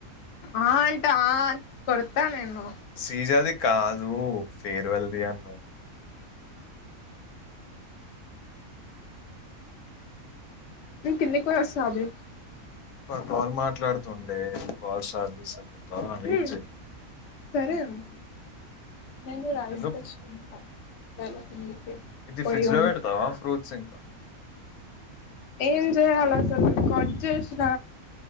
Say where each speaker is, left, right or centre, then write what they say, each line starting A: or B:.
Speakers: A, on the left; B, on the left.
A: ఆ అంటా ఆ కొడతా నేను
B: శ్రీజాది కాదు ఫర్వల్దీ అన
A: నేన్ కిందకి కూడా వస్తా అభి
B: వాడ్ కాల్ మాట్లాడుతుండే కాల్ స్టార్ జెస్టాప్ పోతాను అడ్ వెయిట్
A: హ్మ్
B: జెయ్
A: సరే అభి నేను రైస్
B: ఎందుకు?
A: తెచ్చుకుంట వెళ్ళ
B: ఇది
A: పోయి
B: ఫ్రిడ్జ్‌లో
A: వాన్ని
B: పెడతావా ఫ్రూట్స్ ఇంకా?
A: ఏం చేయలా సలు కట్చేేసిన